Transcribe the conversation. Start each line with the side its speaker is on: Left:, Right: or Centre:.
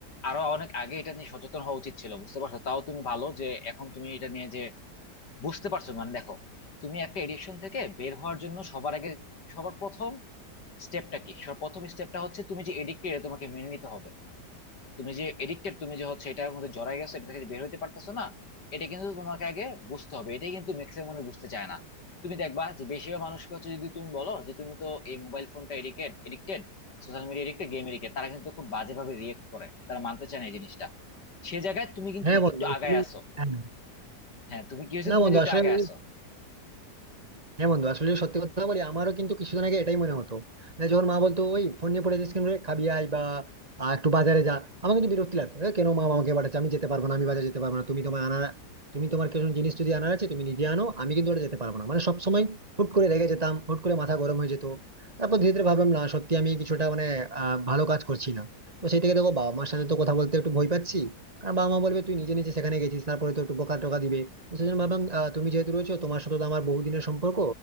Left: আরো অনেক আগে এটা নিয়ে সচেতন হওয়া উচিত ছিল বুঝতে পারছো তাও তুমি ভালো যে এখন তুমি এটা নিয়ে যে বুঝতে পারছো মানে দেখো তুমি একটা এডিকশন থেকে বের হওয়ার জন্য সবার আগে সবার প্রথম স্টেপটা কি সবার প্রথম স্টেপটা হচ্ছে তুমি যে এডিক্টেড তোমাকে মেনে নিতে হবে তুমি যে এডিক্টেড তুমি যে হচ্ছে এটার মধ্যে জড়াই গেছো এটা থেকে যে বের হতে পারতেছো না এটা কিন্তু তোমাকে আগে বুঝতে হবে এটাই কিন্তু ম্যাক্সিমাম মানুষ বুঝতে চায় না তুমি দেখবা যে বেশিরভাগ মানুষকে হচ্ছে যদি তুমি বলো যে তুমি তো এই মোবাইল ফোনটা addicted addicted social media addicted game addicted তারা কিন্তু খুব বাজেভাবে রিয়েক্ট করে তারা মানতে চায় না এই জিনিসটা সে জায়গায় তুমি কিন্তু
Right: হ্যাঁ বন্ধু
Left: একটু
Right: আসলে-
Left: আগায় আসো
Right: হ্যাঁ।
Left: হ্যাঁ তুমি কি হয়েছে
Right: না
Left: তুমি
Right: বন্ধু
Left: কিন্তু একটু
Right: আসলে
Left: আগায় আসো
Right: হ্যাঁ বন্ধু আসলে সত্যি কথা বলি আমারও কিন্তু কিছুদিন আগে এটাই মনে হতো না, যখন মা বলতো ওই ফোন নিয়ে পড়ে যাস কেন রে? খাবি আয় বা আহ, একটু বাজারে যা আমার কিন্তু বিরক্তি লাগতো "এ, কেন মা আমাকে পাঠাচ্ছে আমি যেতে পারবো না আমি বাজারে যেতে পারবো না তুমি তোমার আনার তুমি তোমার কিছু জিনিস যদি আনার আছে তুমি নিজে আনো আমি কিন্তু ওটা যেতে পারবো না মানে সবসময় হুট করে রেগে যেতাম হুট করে মাথা গরম হয়ে যেত তারপর ধীরে ধীরে ভাবলাম না সত্যি আমি কিছুটা মানে আহ, ভালো কাজ করছি না তো সেই থেকে দেখো বাবা মার সাথে তো কথা বলতে একটু ভয় পাচ্ছি কারণ বাবা মা বলবে তুই নিজে নিজে সেখানে গেছিস তারপরে তো একটু বকা টকা দিবে তো সেই জন্য ভাবলাম আহ, তুমি যেহেতু রয়েছো তোমার সাথে তো আমার বহুদিনের সম্পর্ক